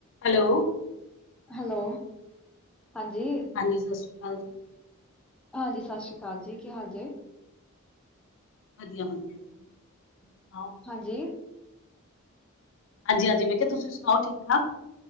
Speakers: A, on the left (about 65°); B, in the centre.
A: ਹੈਲੋ।
B: ਹੈਲੋ, ਹਾਂਜੀ।
A: ਹਾਂਜੀ, ਸਤਿ ਸ਼੍ਰੀ ਅਕਾਲ ਜੀ।
B: ਹਾਂਜੀ, ਸਤ ਸ੍ਰੀ ਅਕਾਲ ਜੀ। ਕੀ ਹਾਲ ਜੇ?
A: ਵਧੀਆ-ਵਧੀਆ, ਜੀ ਤੁਸੀਂ ਸੁਣਾਓ?
B: ਹਾਂਜੀ?
A: ਹਾਂਜੀ-ਹਾਂਜੀ ਮੈਂ ਕਿਹਾ ਤੁਸੀਂ ਸੁਣਾ ਠੀਕ ਠਾਕ?